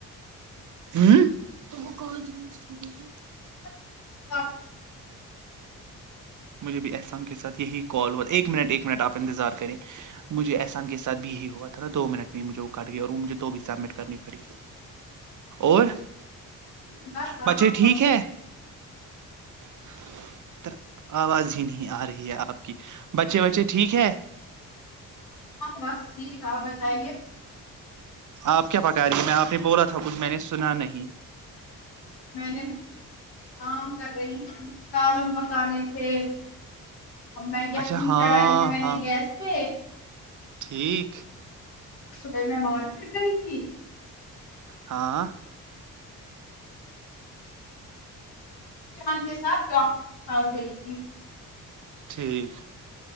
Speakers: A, on the right (about 55°); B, on the left (about 80°).
A: <unintelligible> <unintelligible>
B: <unintelligible>
A: مجھے بھی احسان کے ساتھ یہی کال ہوا تھا ایک منٹ ایک منٹ آپ انتظار کریں مجھے احسان کے ساتھ بھی یہی ہوا تھا نا دو منٹ میں ہی مجھے وہ کٹ گیا اور مجھے تو بھی سبمٹ کرنی پڑی اور
B: بس
A: بچے
B: اب آپ
A: ٹھیک
B: ہم سے
A: ہے <unintelligible> آواز ہی نہیں آ رہی ہے آپ کی بچے وچے ٹھیک ہے
B: بس ٹھیک آپ بتائیے
A: آپ کیا پکا رہیے میں آپ نے بولا تھا کچھ میں نے سنا نہیں
B: میں نے کام کر رہی سالن پکانے تھے ا میں یخمی
A: اچھا ہاں
B: چڑھائی ہے میں
A: ہاں
B: نے گیس پہ
A: ٹھیک
B: صبح میں مارکیٹ گئی تھی
A: ہاں
B: چان کے ساتھ ڈاکٹر کے پاس گئی تھی
A: ٹھیک